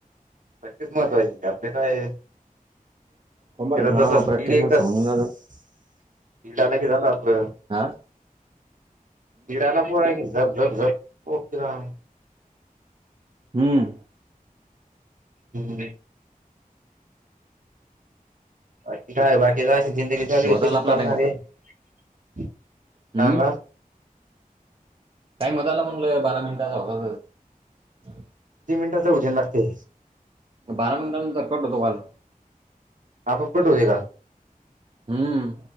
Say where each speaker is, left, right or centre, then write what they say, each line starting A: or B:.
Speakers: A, on the right; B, on the right.
A: तक्च महत्त्वाची का आपले काय
B: हम्म
A: त्या
B: हा
A: जस
B: प्रॅक्टिस
A: स्पीड एकदा
B: मध्ये समजून
A: स्ीड
B: जात
A: आला की झालं आपलं
B: आ
A: किडाला पो की झप झप झप हो किरा
B: हम्म
A: हम्म बाकी काय बाकी का अशी जिंदगी चालू
B: होत
A: त्याची
B: आला
A: चालणार
B: आपला टाइम
A: आहे काला
B: हम्म टाइम होता आला म्हणलं बारा मिनटाचा होता त
A: तीन मिनटाच उजेन लागते
B: बारा मिनटां तर कट होतो काल
A: आपपट होजे का
B: हम्म